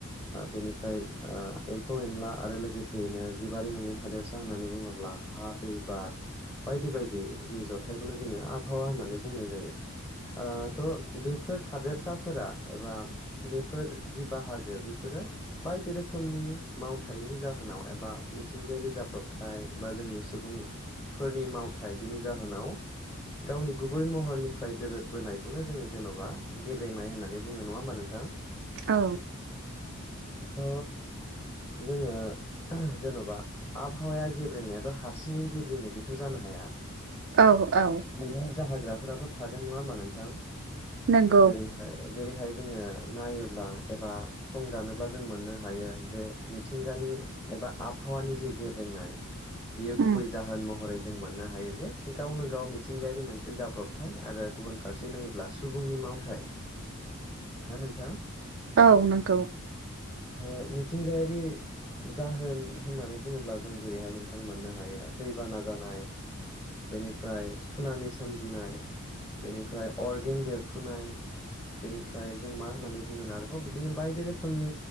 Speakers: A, on the left; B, on the right.
A: बेनिफ्राय एम्फौ एनला आरो लोगोसेयैनो जिबारि नङै थादेरसा होननानै बुङोब्ला हा दै बार बायदि बायदिनि जथायाइखौनो जोङो आबहावा होननानै बुंनाय जायो थ' बेफोर थादेरसाफोरा एबा बेफोर जि बाहागो बेफोर बायदि रोखोमनि मावथायनि जाहोनाव एबा मिथिंगायारि जाब्रबथाय बा जोंनि सुबुंफोरनि मावथाय बिनि जाहोनाव गावनि गुबै महरनिफ्राय दोरद बोनायखौनो जोङो जेन'बा गेब्रेंनाय होननानै बुङो नङा होमबा नोंथां
B: औ
A: ाथ' जोङो जेन'बा आबहावाया नायाथ' हारसिङै गेब्रेङै बेथ' जानो हाया
B: औ औ
A: बेनि जोग्रा फोराथ' थागोन नङा होमबा नोंथां
B: नंगौ
A: जेरैहाय जेरैहाय जोङो नायोब्ला एबा सं दानोब्ला जों मोननो हायो जे मिथिंगानि एबा आबहावानि जे गेब्रेंनाय बियो
B: उम
A: गुबै जाहोन महरै जों मोननो हायो जे गावनो गाव मिथिंगायारि मोनसे जाब्रबथाय आरो गुबुन फारसे नायोब्ला सुबुंनि मावथाय ना नोंथां?
B: औ नंगौ।
A: ज मिथिंगायारि जाहोन होननानै बुङोब्ला जों जेरैहाय नोंथां मोननो हायो दैबाना जानाय, बेनिफ्राय सुनामि सोमजिनाय बेनिफ्राय अर्गें बेरफ्रुनाय। बेनिफ्राय जों मा होननानै बुंगोन आरोबाव बिदिनो बायदि रोखोमनि